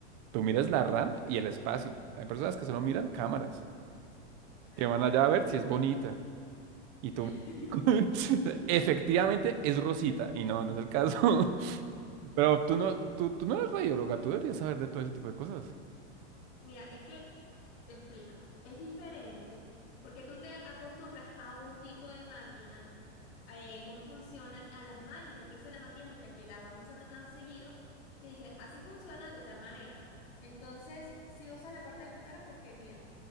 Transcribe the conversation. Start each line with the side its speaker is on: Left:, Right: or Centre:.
Right: Tú miras la RAM y el espacio. Hay personas que solo miran cámaras,
Left: Ah,
Right: que van
Left: eso
Right: allá
Left: es verdad.
Right: a ver si es bonita. Y tú,
Left: <laughs>
Right: <laughs> efectivamente es Rosita, y no, no es el caso. <laughs> Pero tú no,
Left: Me,
Right: tú, tú no eres radióloga, tú deberías saber de todo ese tipo de cosas.
Left: Mira, es que te explico, es diferente porque tú te acostumbras a un tipo de máquina, eh, cómo funcionan, a las mañas, incluso la maquinita que la vas usando tan seguido, que dice, así funciona de tal manera. Entonces, si usas la parte del computador porque mira,